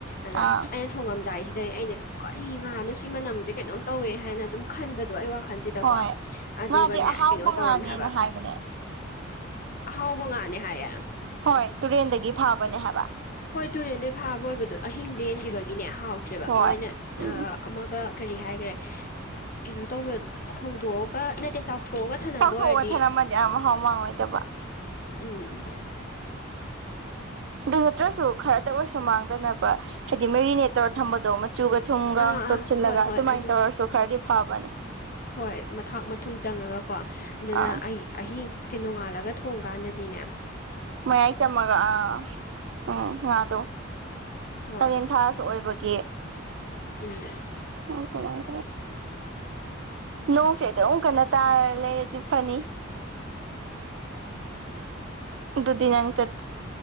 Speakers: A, on the left (about 45°); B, on the right (about 65°).
A: ꯑꯗ
B: ꯑꯥ
A: ꯑꯩꯅ ꯊꯣꯡꯉꯝꯗꯥꯏꯁꯤꯗꯩ ꯑꯩꯅ ꯀꯔꯤ ꯉꯥꯅꯣ ꯁꯤ ꯃꯅꯝꯁꯦ ꯀꯩꯅꯣꯝ ꯇꯧꯋꯦ ꯍꯥꯏꯅ ꯑꯗꯨꯝ ꯈꯟꯕꯗꯣ ꯑꯩ ꯋꯥꯈꯜꯁꯤꯗꯀꯣ
B: ꯍꯣꯏ
A: ꯑꯗꯨꯒꯅꯦ
B: ꯉꯥꯗꯤ ꯑꯍꯥꯎꯕ
A: ꯀꯩꯅꯣ ꯇꯧꯔꯝꯃꯦ
B: ꯉꯥꯅꯦꯅ
A: ꯍꯥꯏꯕ
B: ꯍꯥꯏꯕꯅꯦ
A: ꯑꯍꯥꯎꯕ ꯉꯥꯅꯦ ꯍꯥꯏꯌꯦ
B: ꯍꯣꯏ ꯇꯨꯔꯦꯟꯗꯒꯤ ꯐꯥꯕꯅꯦ ꯍꯥꯏꯕ
A: ꯍꯣꯏ ꯇꯨꯔꯦꯟꯗꯩ ꯐꯥꯕ ꯑꯣꯏꯕꯗꯣ ꯑꯍꯤꯡ ꯂꯦꯟꯈꯤꯕꯒꯤꯅꯦ ꯍꯥꯎꯇ꯭ꯔꯦꯕ
B: ꯍꯣꯏ
A: ꯃꯥꯅ
B: ꯎꯝ
A: ꯑꯃꯒ ꯀꯔꯤ ꯍꯥꯏꯈ꯭ꯔꯦ ꯀꯩꯅꯣ ꯇꯧꯕ ꯊꯣꯡꯗꯣꯛꯑꯒ ꯅꯠꯇꯦ ꯇꯥꯎꯊꯣꯛꯑꯒ ꯊꯅꯝꯕ
B: ꯇꯥꯎꯊꯣꯛꯑꯒ
A: ꯑꯣꯏꯔꯗꯤ
B: ꯊꯦꯠꯝꯃꯗꯤ ꯌꯥꯝ ꯃꯍꯥꯎ ꯃꯥꯡꯉꯣꯏꯗꯕ
A: ꯎꯝꯝ ꯎ <inaudible>
B: ꯑꯗꯨ ꯅꯠꯇ꯭ꯔꯁꯨ ꯈꯔꯗ ꯑꯣꯏꯔꯁꯨ ꯃꯥꯡꯗꯅꯕ ꯍꯥꯏꯗꯤ ꯃꯦꯔꯤꯅꯦꯠ ꯇꯧꯔ ꯊꯝꯕꯗꯣ ꯃꯆꯨꯒ ꯊꯨꯝꯒ
A: ꯑꯥ ꯑꯥ
B: ꯇꯣꯠꯁꯤꯜꯂꯒ
A: ꯍꯣꯏ ꯍꯣꯏ
B: ꯑꯗꯨꯃꯥꯏꯅ
A: ꯑꯗꯨꯝ
B: ꯇꯧꯔꯁꯨ ꯈꯔꯗꯤ ꯐꯕꯅꯦ
A: ꯍꯣꯏ ꯃꯊꯥꯛ ꯃꯊꯨꯝ ꯆꯪꯉꯒꯀꯣ ꯑꯗꯨꯅ
B: ꯑꯥ
A: ꯑꯩ ꯑꯍꯤꯡ ꯅꯣꯡꯉꯥꯜꯂꯒ ꯊꯣꯡ ꯀꯥꯟꯗꯗꯤꯅꯦ
B: ꯃꯌꯥꯏ ꯆꯝꯃꯒ ꯑꯥ ꯎꯝ ꯉꯥꯗꯣ
A: ꯍꯣꯏ
B: ꯀꯂꯦꯟ ꯊꯥ ꯑꯣꯢꯕꯒꯤ
A: ꯎꯝ
B: ꯑꯗꯨꯃꯥꯏ ꯅꯣꯡꯁꯦ ꯑꯗꯨꯛ ꯀꯟꯅ ꯇꯥꯔ ꯂꯩꯔꯗꯤ ꯐꯅꯤ ꯑꯗꯨꯗꯤ ꯅꯪ ꯆꯠ